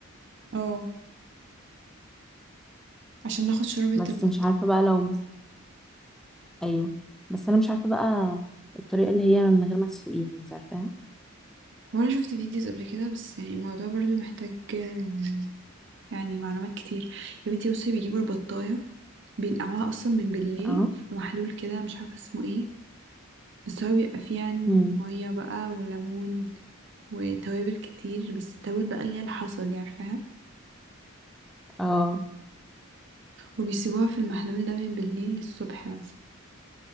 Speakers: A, on the right; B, in the centre.
A: اه عشان ناخد شوربه
B: بس
A: البطه
B: مش عارفه بقى لو مس... ايوه بس انا مش عارفه بقى الطريقه اللي هي من غير ما تسلقيها انت عارفاها
A: وانا شفت فيديوز قبل كده بس يعني الموضوع برضو محتاج آه، يعني معلومات كتير يا بنتي بصي بيجيبوا البطايه بينقعوها اصلا من بالليل
B: اه
A: في محلول كده مش عارفه اسمه ايه بس هو بيبقى فيه يعني
B: امم
A: مية بقى وليمون وتوابل كتير بس التوابل بقى اللي هي الحصى دي عارفاها
B: اه
A: وبيسيبوها في المحلول ده من بالليل للصبح مثلا